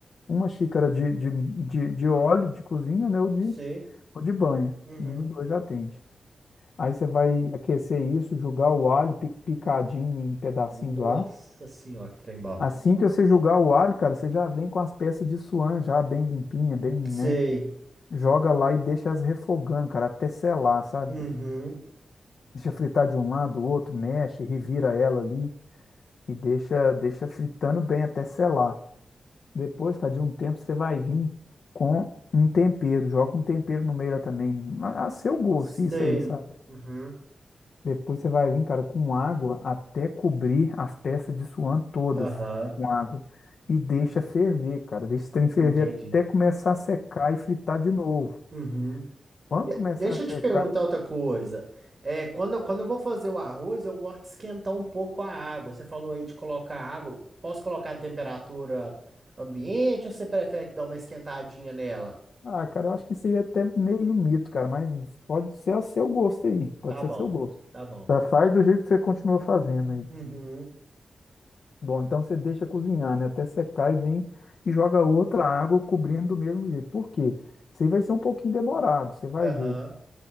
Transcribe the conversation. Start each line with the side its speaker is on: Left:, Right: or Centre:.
Left: Uma xícara de, de, de, de óleo de cozinha, né, ou de,
Right: Sei.
Left: ou de banha,
Right: Uhum.
Left: um dos dois atende. Aí você vai aquecer isso, jogar o alho pi- picadinho em pedacinhos
Right: Nossa
Left: lá.
Right: senhora, que trem bom.
Left: Assim que você jogar o alho, cara, você já vem com as peças de suan já bem limpinha, bem, né?
Right: Sei.
Left: Joga lá e deixa elas refogando, cara, até selar, sabe?
Right: Uhum.
Left: Deixa fritar de um lado, do outro, mexe, revira ela ali e deixa, deixa fritando bem até selar. Depois, cara, de um tempo você vai vir com um tempero, joga um tempero no meio lá também, a a seu gosto,
Right: Sei.
Left: isso aí, sabe?
Right: Uhum.
Left: Depois você vai vir, cara, com água até cobrir as peças de suã todas
Right: Aham.
Left: com água e deixa ferver, cara, deixa o trem ferver
Right: Entendi.
Left: até começar a secar e fritar de novo.
Right: Uhum.
Left: Quando
Right: De-
Left: começar
Right: deixa
Left: a secar,
Right: eu te perguntar outra coisa. É, quando, eu- quando eu vou fazer o arroz, eu gosto de esquentar um pouco a água. Você falou aí de colocar água. Posso colocar a temperatura ambiente ou você prefere que dá uma esquentadinha nela?
Left: Ah, cara, eu acho que isso aí é até meio mito, cara, mas pode ser a seu gosto aí, pode
Right: Tá
Left: ser
Right: bom.
Left: a seu gosto.
Right: Tá bom.
Left: Tá, Faz do jeito que você continua fazendo aí.
Right: Uhum.
Left: Bom, então você deixa cozinhar, né, até secar e vem e joga outra água cobrindo do mesmo jeito. Por quê? Isso aí vai ser um pouquinho demorado, você vai
Right: Aham.
Left: ver.